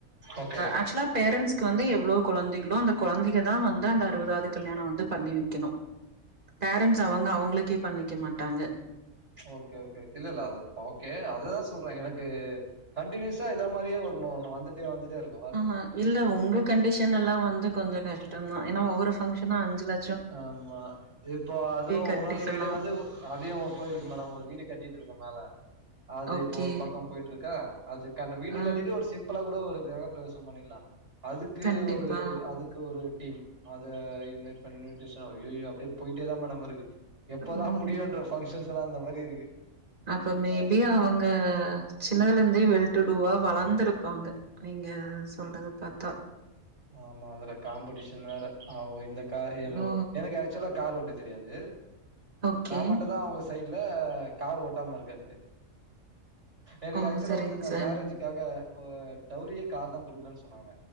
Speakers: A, on the right; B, on the right.
A: ஓகே
B: ஆக்சுலா பேரண்சுக்கு வந்து எவ்ளோ குழந்தைகளோ அந்த கொழந்தைகதா வந்து அந்த அறுவதாவது கல்யாணோ வந்து பண்ணி வெக்கணு பேரண்ட்ஸ் அவங்க அவங்களுக்கே பண்ணிக்க மாட்டாங்க
A: ஓகே ஓகே இல்லல்ல அத ஓகே அததா சொல்றே எனக்கு கண்டினியூயஸா இத மாதிரியே ஒன்ன ஒன்னு வந்துட்டே வந்துட்டே இருக்
B: ஆஹா இல்ல உங்க கண்டிஷனல்லா வந்து கொஞ்சோ கஷ்டோதா ஏன்னா ஒவ்வொரு ஃபங்ஷனோ அஞ்சு ல
A: ஆமா இப்போ அதுவோ
B: கட்டிர்லாம்.
A: ஒன்னொர் சைடு வந்து அதையு போயிருக்கு மேடம் ஒரு வீடு கட்டிட்டு இருக்க மேல அது
B: ஓகே.
A: இப்போ ஒரு பக்கோ போயிட் ருக்கா அதுக்கான வீடு
B: ஆ
A: கட்டிட்டு ஒரு சிம்பிளா கூட ஒரு க்ரஹப் பிரவேசோ பண்ணிட்லா அதுக்கு
B: கண்டிப்பா.
A: ஒரு அதுக் கு ஒரு டீம் அத இன்வைட் பண்ணி டிஷா ஐயையோ அப்டியே போய்ட்டே தா மேடம் இருக்கு எப்பதா
B: ம்.
A: முடியோன்ற ஃபங்க்ஷன்ஸ் எல்லா அந்த மாரி இருக்கு
B: அப்ப மேபி
A: ஆம்
B: அவுங்க சின்னதுலர்ந்தே
A: ம்
B: வெல் டூ டூவா வளந்திருப்பாங்க நீங்க சொல்றது பாத்தா
A: ஆமா அதற காம்படீஷன் வேற அவ இந்த காயிரு
B: ஓ!
A: எனக் அ க்சூவலா கார் ஓட்ட தெரியாது
B: ஓகே.
A: நா மட்ட தா அவுங்க சைட்ல கார் ஓட்டாம இருக்கர்து எனக்கு
B: ஓ!
A: ஆக்சூலா
B: சரிங்க
A: வந்து இந்த
B: சார்.
A: மேரேஜ் க்காக ஒ டௌரியே கார் தா குடுக்கறேன் சொன்னாங்க